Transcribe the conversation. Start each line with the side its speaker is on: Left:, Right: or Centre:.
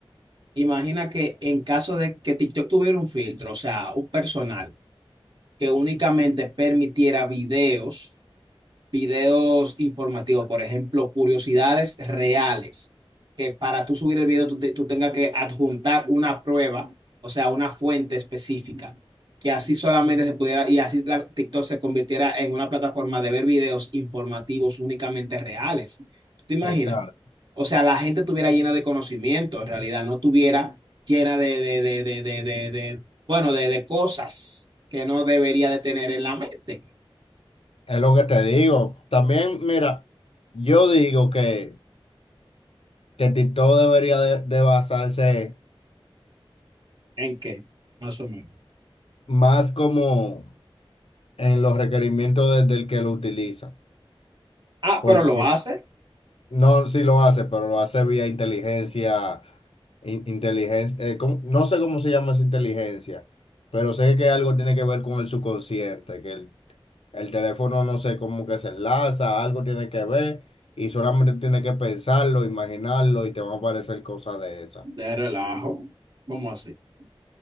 Right: Imagina que en caso de que TikTok tuviera un filtro, o sea, un personal. que únicamente permitiera videos videos informativos, por ejemplo, curiosidades reales, que para tú subir el video tú, te- tú tengas que adjuntar una prueba, o sea, una fuente específica, que así solamente se pudiera, y así la, TikTok se convirtiera en una plataforma de ver videos informativos únicamente reales. ¿Tú te imaginas?
Left: Exacto.
Right: O sea, la gente estuviera llena de conocimiento, en realidad, no estuviera llena de, de, de, de, de, de, de- bueno, de, de cosas que no debería de tener en la mente.
Left: Es lo que te digo. También, mira, yo digo que, que TikTok debería de, de basarse
Right: ¿En qué? Más o menos.
Left: más como en los requerimientos de- del que lo utiliza.
Right: Ah,
Left: Porque
Right: pero lo hace
Left: no, si lo hace, pero lo hace vía inteligencia, in- inteligencia, eh, ¿cómo? no sé cómo se llama esa inteligencia, pero sé que algo tiene que ver con el subconsciente, que el, el teléfono no sé cómo que se enlaza, algo tiene que ver y solamente tiene que pensarlo, imaginarlo y te van a aparecer cosas de esas.
Right: de relajo. ¿Cómo así? <laughs>